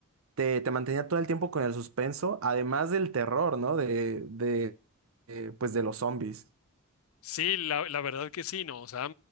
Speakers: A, on the right; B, on the left.
A: te, te mantenía todo el tiempo con el suspenso, además del terror, ¿no? De, de, eh, pues de los zombies.
B: Sí, la, la verdad que sí, ¿no? O sea,